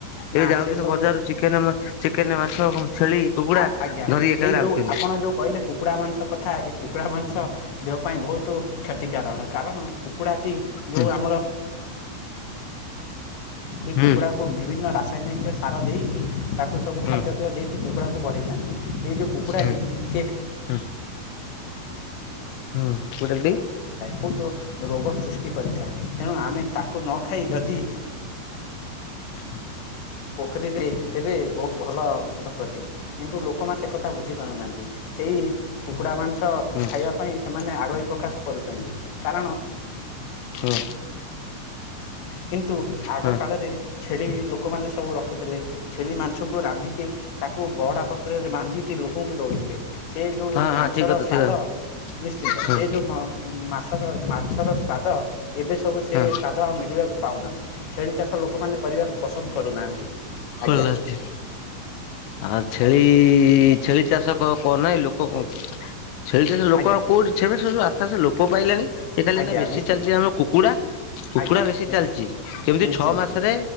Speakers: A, on the left; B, on the left.
A: ନା
B: ଏବେ ଯାଉଛି
A: ସେ ସବୁ
B: ବଜାରରୁ ଚିକେନ, ଚିକେନ, ମାଛ ଛେଳି କୁକୁଡା
A: ଆ ଆଜ୍ଞା
B: ଧରି ଏକାଥରେ
A: ଏଇ
B: ଆଉଛନ୍ତି
A: ଯୋଉ ଆପଣ ଯୋଉ କହିଲେ। କୁକୁଡ଼ା ମାଂସ କଥା ଏ କୁକୁଡ଼ା ମାଂସ ଦେହ ପାଇଁ ବହୁତ କ୍ଷତିକାରକ କାରଣ କୁକୁଡ଼ା ଟି
B: ହୁଁ
A: ଯୋଉ ଆମର ଏ କୁକୁଡ଼ା
B: ହୁଁ
A: କୁ ବିଭିନ୍ନ ରାସାୟନିକ ସାର ଦେଇକି ତାକୁ ସବୁ
B: ହୁଁ
A: ଖାଦ୍ୟପେୟ ଦେଇକି କୁକୁଡ଼ାକୁ ବଢ଼େଇଥାନ୍ତି ଏଇ ଯେଉ କୁକୁଡ଼ାଟି
B: ହୁଁ
A: ସେ
B: ହୁଁ ହୁଁ କୁଠେି
A: <inaudible> ରୋଗ ସୃଷ୍ଟି କରିଥାଏ ତେଣୁ ଆମେ ତାକୁ ନ ଖାଇ ଯଦି
B: ହଁ
A: ପୋଖରୀରେ ତେବେ ବହୁତ ଭଲ ପ୍ରତି କିନ୍ତୁ ଲୋକମାନେ ସେ କଥା ବୁଝି ପାରୁନାହାନ୍ତି ସେଇ କୁକୁଡା ମାନେ ମାଛ
B: ହୁଁ
A: ଖାଇବା ପାଇଁ ସେମାନେ ଆଗହୀ ପ୍ରକାଶ କରୁଛନ୍ତି କାରଣ
B: ହଁ
A: କିନ୍ତୁ ଆଗ
B: ହଁ
A: କାଳରେ ଛେଳି ଲୋକ ଲୋକମାନେ ସବୁ ରଖୁଥିଲେ ଛେଳି ମାଂସକୁ ରାନ୍ଧିକି। ତାକୁ ବଡା ପତ୍ରରେ ବାନ୍ଧିକି ଲୋକଙ୍କୁ ଦଉଥିଲେ। ସେ ଯୋଉ
B: ହଁ
A: ମାଂସର
B: ଠିକ କଥା
A: ସ୍ଵାଦ
B: ଠିକ କଥା
A: ନିଶ୍ଚିନ୍ତ
B: ହଁ
A: ସେ ଯୋଉ ମାଛର-ମାଛର ସ୍ଵାଦ ଏବେ ସବୁ ସେ
B: ହଁ
A: ସ୍ଵାଦ ଆଉ ମିଳିବାକୁ ପାଉନାହୁଁ। ଛେଳି ଚାଷ ଲୋକମାନେ କରିବାକୁ ପସନ୍ଦ କରୁନାହାନ୍ତି।
B: ହଲାଛି
A: ଆଜ୍ଞା
B: ଆଁ ଛେଳି ଛେଳି ଚାଷ କ କ ନାହିଁ ଲୋକ ଛେଳି ଚାଷ ଲୋକ
A: ଆଜ୍ଞା।
B: ଆଉ କୋଉଠି ସେବେ ସୁ ଆସ୍ତେ ଆସ୍ତେ ଲୋ ପାଇଲାଣି ଏ ଖାଲି
A: ଆଜ୍ଞା
B: ଏଇନା ବେଶୀ
A: ନିଶ୍ଚିନ୍ତ
B: ଚାଲିଛି ଆମ କୁକୁଡ଼ା କୁକୁୁଡା
A: ଆଜ୍ଞା
B: ବେଶୀ
A: ନିଶ୍ଚି
B: ଚାଲିଛି କେମିତି
A: ନିଶ୍ଚିନ୍ତ
B: ଛଅ ମାସରେ